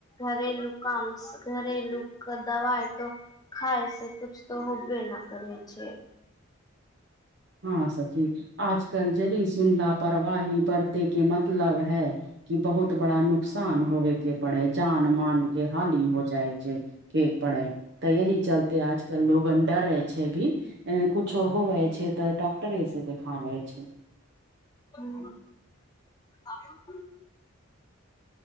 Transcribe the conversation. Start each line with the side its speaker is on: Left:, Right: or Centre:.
Left: घरेलू क घरेलू दवा ए त खााय से कुछ तऽ होबे न करै छै
Right: हँ सखी आजकल जरी सुन लापरवाही बढ़ते के मत मतलब है कि बहुत बड़ा नुकसान होव के पड़े जान मान के ली हो जाइ छै के पड़ै तऽ यह चलते आजकल लोग डरे रहै छै भी कुछो होवै छै तऽ डॉक्टरे से देखाबै छै
Left: ह <unintelligible>